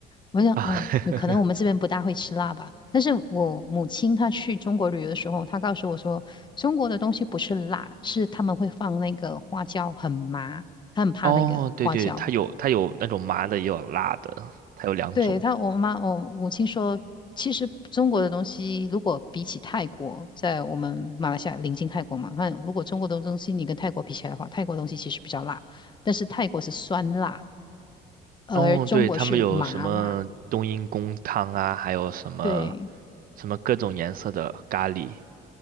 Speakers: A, on the left (about 25°); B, on the right (about 55°).
A: 我想，
B: 啊。
A: 哦，
B: <laughs>
A: 有可能我们这边不大会吃辣吧。但是我母亲她去中国旅游的时候，她告诉我说，中国的东西不是辣，是他们会放那个花椒，很麻，她很怕那个花椒。
B: 哦，对对，它有它有那种麻的，也有辣的，它有两种。
A: 对，她，我妈，我母亲说，其实中国的东西，如果比起泰国，在我们马来西亚临近泰国嘛，她讲如果中国的东西你跟泰国比起来的话，泰国东西其实比较辣，但是泰国是酸辣，而中国是麻辣。
B: 哦，对，他们有什么冬阴功汤啊，还有什么
A: 对，
B: 什么各种颜色的咖喱。